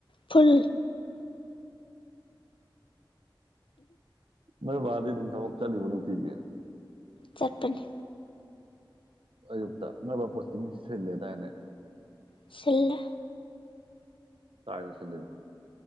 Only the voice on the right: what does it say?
ꯅꯣꯏ ꯕꯥꯗꯤ ꯑꯗꯨꯝ ꯊꯕꯛ ꯆꯠꯂꯤꯕ ꯅꯨꯡꯇꯤꯒꯤ
ꯑꯌꯨꯛꯇ ꯅꯣꯏꯕ ꯄꯣꯁꯇꯤꯡ ꯁꯤꯜꯂꯦꯗꯥꯏꯅꯦ
ꯇꯥꯏꯅ ꯁꯤꯕ